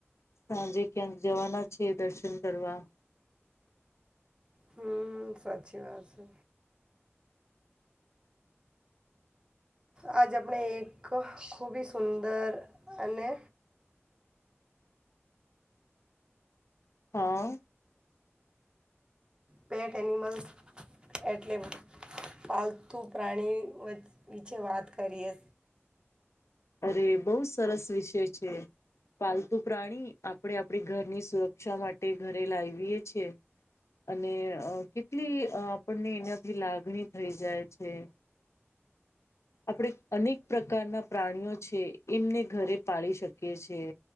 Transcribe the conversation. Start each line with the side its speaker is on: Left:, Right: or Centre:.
Left: સાંજે ક્યાંક જવાના છે દર્શન કરવા
Right: હમ સાચી વાત છે આજ આપણે એક ખૂબી સુંદર અને
Left: હા
Right: પેટ એનિમલ્સ એટલે પાલતુ પ્રાણી વિચે વાત કરીએ
Left: અરે બહુ સરસ વિષય છે. પાલતુ પ્રાણી આપણે આપણી ઘરની સુરક્ષા માટે ઘરે લાવીએ છીએ. અને કેટલી આપણને એનાથી લાગણી થઈ જાય છે. આપણે અનેક પ્રકારના પ્રાણીઓ છે એમને ઘરે પાળી શકીએીએ